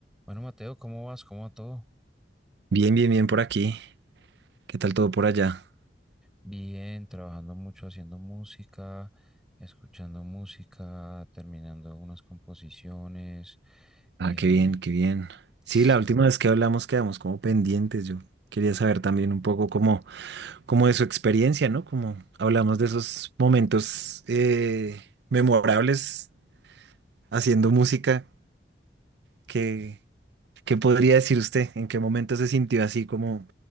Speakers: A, in the centre; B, on the right.
A: Bueno, Mateo, ¿cómo vas? ¿Cómo va todo?
B: Bien, bien, bien por aquí. ¿Qué tal todo por allá?
A: Bien, trabajando mucho haciendo música, escuchando música, terminando unas composiciones.
B: Ah,
A: eh,
B: qué bien, qué bien. Sí,
A: sí,
B: la última vez que hablamos quedamos como pendientes. Yo quería saber también un poco cómo, cómo de su experiencia, ¿no? Como hablamos de esos momentos eh, memorables haciendo música. ¿Qué, qué podría decir usted? ¿En qué momento se sintió así como